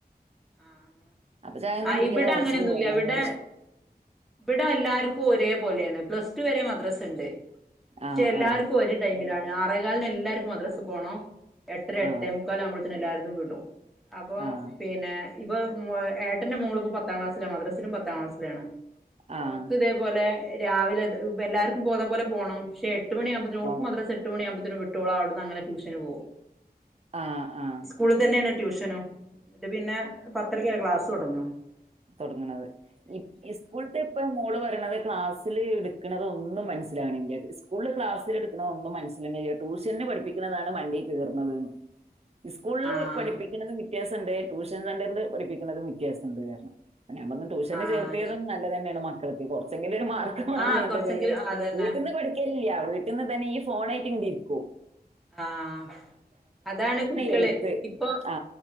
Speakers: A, in the centre; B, on the right (about 40°).
A: ആഹ്
B: അപ്പൊ ചായ ഒന്നും
A: ആഹ്
B: കുടിക്കാതെ
A: ഇബിടെ
B: മദ്രസക്ക്
A: അങ്ങനെയൊന്നുല്ല.
B: പോകണം മമ്മീന്റെ
A: ഇവിടെ
B: ഇഷ്
A: ഇവിടെ എല്ലാവർക്കും ഒരേ പോലെയാണ്. പ്ലസ് ടു വരെ മദ്രസണ്ട് പക്ഷേ
B: ആഹ്
A: എല്ലാർക്കും
B: ആഹ്
A: ഒരു ടൈമിലാണ്. ആറേകാല് ന് എല്ലാർക്കും മദ്രസ് പോണം എട്ടര എട്ടേ
B: ആഹ്
A: മുക്ക് ക്കാലാവുമ്പോഴത്തിന് എല്ലാര്തും വിടും അപ്പോ
B: ആഹ്
A: പിന്നെ ഇപ്പോ വ് ഏട്ടന്റെ മോൾ ഇപ്പോ പത്താം ക്ലാസിലാണ്. മദ്രസിലും പത്താം ക്ലാസ്സിലാണ്.
B: ആഹ്
A: ഓൾക്ക് ഇതേ ഇതുപോലെ രാവിലെ ഇത് ഇതെല്ലാർക്കും പോകുന്നപോലെ പോണം. പക്ഷേ എട്ട് മണിയാകുമ്പോത്തനും
B: പോണം
A: ഓൾക്ക് മദ്രസ്സ എട്ട് എട്ട് മണിയാമ്പത്തിനും വിട്ടോള് അവിടുന്ന് അങ്ങന ട്യൂഷന് പോവും.
B: ആഹ് ആഹ്
A: സ്കൂളിൽ തന്നെയാണ് ട്യൂഷനും. ഇന്നിട്ട് പിന്നെ പത്തരയ്ക്കാ ക്ലാസ് തൊടങ്ങാ
B: തൊടങ്ങണന്നത്. ഈ ഇസ്കൂൾത്തെ ഇപ്പ മോള് പറയണത് ക്ലാസ്സില് ഇടുക്കണത് ഒന്നും മനസിലാവണില്ലാ. ഇസ്കൂള്ല് ക്ലാസില് പിന്ന ഒന്നും മനസിലാവ്ണില്ല. ട്യൂഷൻന് പഠപ്പിക്കുന്നതാണ് മണ്ടയിൽ കേറുന്നത് ന്ന്.
A: <inaudible>
B: ഇസ്കൂളില്
A: ആഹ്
B: പഠിപ്പിക്കണതും വിത്യാസണ്ട്. ട്യൂഷൻ സെന്ററില് പഠിപ്പിക്കണതും വിത്യാസണ്ട് പറഞ്ഞു. അപ്പ ഞാൻ പറഞ്ഞു, ട്യൂഷൻന്
A: ആഹ്
B: ചേർത്തിയതും
A: അത് ശരി
B: നല്ലതന്നെയാണ് മക്കൾക്ക്. കൊർച്ചെങ്കിലും ഒരു മാർ കാണുന്നുണ്ടെങ്കില്
A: ആഹ് കൊറച്ചെങ്കിലും അതന്നെ
B: വീട്ടിന്ന് പഠിക്കിലില്ല. വീട്ടിന്ന് ഇതന്നെ ഈ ഫോണായിട്ട് ഇങ്ങനെ ഇരിക്കൂ
A: ആഹ് അതാണ് കുട്ട്യള്.
B: എഴുത്ത്
A: ഇപ്പോ
B: ആ